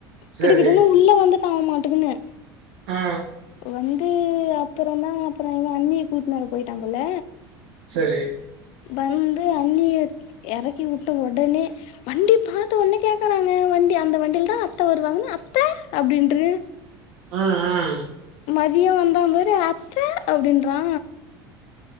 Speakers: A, on the right; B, on the left.
A: சரி
B: கிடு கிடு உள்ள வந்த காவமாட்டங்கன்னு
A: ஆ
B: வந்து அப்பறந்தா அப்பற இவ அண்ணிய கூட்டுனர போயிட்டா போல
A: சரி
B: வந்து அண்ணிய எறக்கி விட்ட உடனே வண்டி பாத்த ஒன்னே கேக்குறாங்க வண்டி அந்த வண்டியில தா அத்த வருவாங்கன்னா அத்த அப்படின்றா
A: ஆ ஆ
B: மதிய வந்தா பாரு அத்த அப்படின்றா